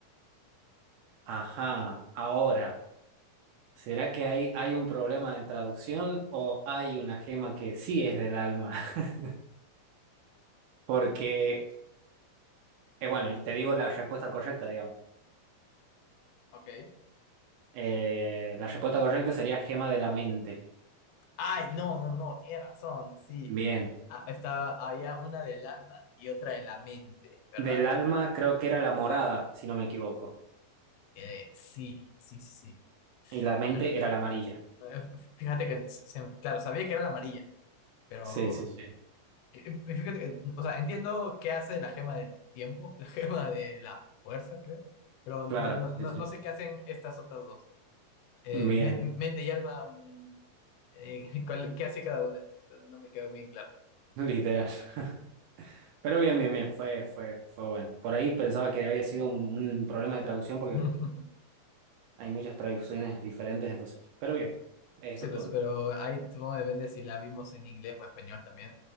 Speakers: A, on the right; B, on the left.
A: Ajá, ahora. ¿Será que hay, hay un problema de traducción o hay una gema que sí es del alma? <laughs> Porque, eh, bueno, te digo la respuesta correcta, digamos.
B: Ok.
A: Eh, la respuesta correcta sería gema de la mente.
B: Ay, no, no, no, tienes razón, sí.
A: Bien.
B: Ah, estaba, había una del alma y otra de la mente, ¿verdad?
A: Del alma creo que era la morada, si no me equivoco.
B: Eh, sí, sí, sí. sí.
A: Y la mente
B: Pero
A: era la amarilla.
B: eh, fíjate que, se- claro, sabía que era la amarilla, pero
A: Sí, sí, sí.
B: eh, eh, fíjate que, o sea, entiendo qué hace la gema del tiempo, la <laughs> gema de la fuerza, creo, pero
A: Claro,
B: no, no, no,
A: sí, sí.
B: no sé qué hacen estas otras dos. Eh,
A: Bien,
B: men- mente y alma, mm, eh, <laughs> ¿cuál- ¿qué hacía cada una? No me quedó muy claro.
A: literal. <laughs> Pero bien, bien, bien, fue, fue, fue bueno. Por ahí pensaba que había sido un, un problema de traducción porque
B: <laughs>
A: hay muchas traducciones diferentes, entonces. Pero bien, es
B: Sí,
A: tu
B: pues,
A: turno.
B: pero ahí supongo que depende si la vimos en inglés o español también.